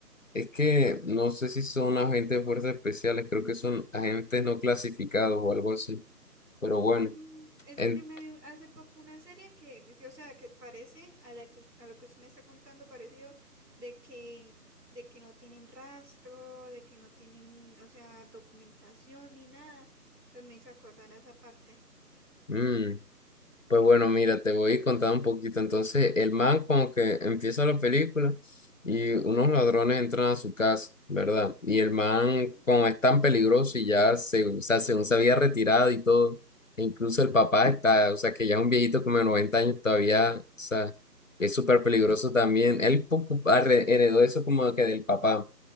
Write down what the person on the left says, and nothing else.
Es que no sé si son agentes de fuerzas especiales, creo que son agentes no clasificados o algo así, pero bueno,
en,
mm, Pues bueno, mira, te voy a contar un poquito. Entonces, el man como que empieza la película y unos ladrones entran a su casa, ¿verdad? Y el man
como es tan peligroso y ya se, o sea, según se había retirado y todo, e incluso el papá está, o sea, que ya es un viejito como de 90 años todavía, o sea, es súper peligroso también. Él poco- arre- heredó eso como que del papá.